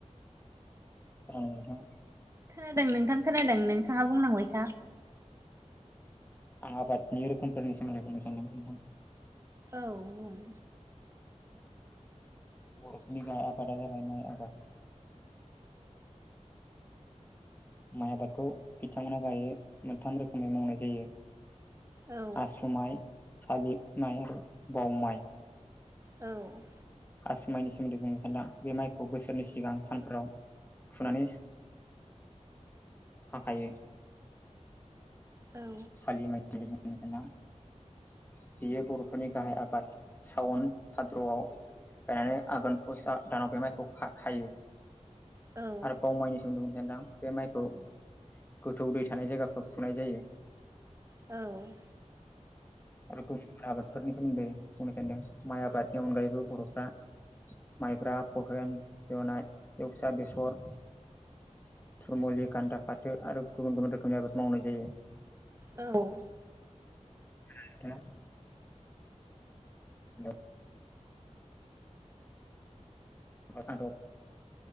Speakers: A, on the left; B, on the right.
A: औ नोंथां
B: खोनादों नोंथां खोनादों नोंथाङा बुंलांबाय था,
A: आं आबादनि रोखोमफोरनि सोमोन्दै बुंनो सानदों नोंथां,
B: औ बुं
A: बर'फोरनि गाहाय आबादा जादों माय आबाद माइ आबादखौ बिथांमोनहा गाहाय मोनथाम रोखोमै मावनाय जायो।
B: औ
A: आसुमाइ साबिमाइ आरु बावमाइ
B: औ
A: आसु माइनि सोमोन्दै बुंनो सानदों बे माइखौ बोसोरनि सिगां सानफोराव, फुनानै हाखायो।
B: औ
A: सालि माय होनां बेयो बर'फोरनि गाहाय आबाद सावन भाद्रआव गायनानै आघोन फुसा दानाव बे माइखौ हायो।
B: औ
A: आरो बाव माइनि सोमोन्दै बुंनो सानदों बे माइखौ गोथौ दै थानाय जायगाफ्राव फुनाय जायो।
B: औ
A: आरो गुबुन गुबुन आबादफोरनि सोमोन्दै बुंनो सान्दों माइ आबादनि अनगायैबो बर'फ्रा, माइब्रा गहेन जुननाय एवसा बेसर, थुरमुलि गान्दा फाथो आरो गुबुन गुबुन रोखोमनि आबाद मावनाय जायो।
B: औ
A: <unintelligible> दा फालाराव